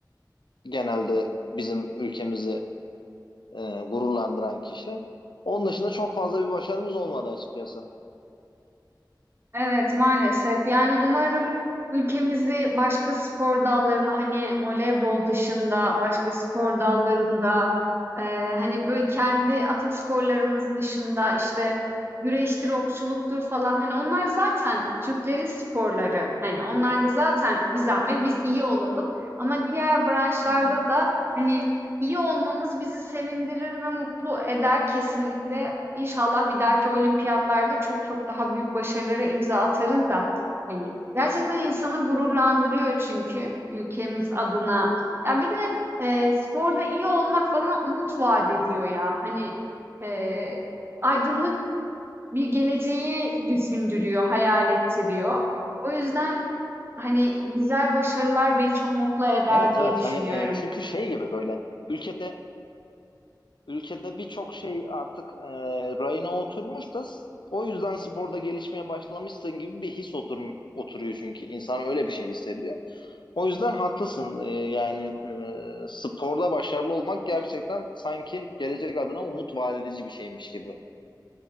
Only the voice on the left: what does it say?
genelde bizim ülkemizi e, gururlandıran kişi. Onun dışında çok fazla bir başarımız olmadı açıkçası.
Hı hı.
Evet
evet
hani e, çünkü şey gibi böyle ülkede Ülkede birçok şey artık e, rayına oturmuş da o yüzden sporda gelişmeye başlamışsın gibi bir his otur, oturuyor çünkü. İnsan öyle bir şey hissediyor. O yüzden haklısın. E, yani e, sporda başarılı olmak gerçekten sanki gelecek adına umut vaat edici bir şeymiş gibi.